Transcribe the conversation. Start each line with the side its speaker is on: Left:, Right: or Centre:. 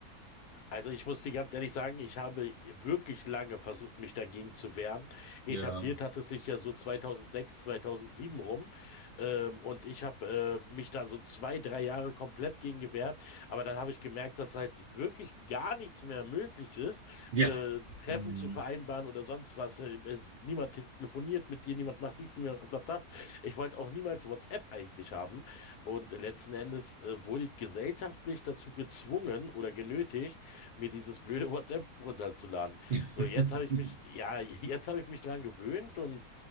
Left: Also ich muss dir ganz ehrlich sagen, ich habe wirklich lange versucht, mich dagegen zu wehren. Etabliert
Right: Ja.
Left: hat es sich ja so 2006, 2007 rum. Ähm, und ich habe äh, mich da so zwei, drei Jahre komplett gegen gewehrt. Aber dann habe ich gemerkt, dass halt wirklich gar nichts mehr möglich ist,
Right: Ja.
Left: äh, Treffen
Right: Mhm.
Left: zu vereinbaren oder sonst was. Äh, es, niemand telefoniert mit dir, niemand macht dies, niemand macht das. Ich wollte auch niemals WhatsApp eigentlich haben. Und letzten Endes äh, wurde ich gesellschaftlich dazu gezwungen oder genötigt, mir dieses blöde WhatsApp runterzuladen.
Right: <laughs>
Left: So, jetzt habe ich mich, ja, <laughs> jetzt habe ich mich dran gewöhnt und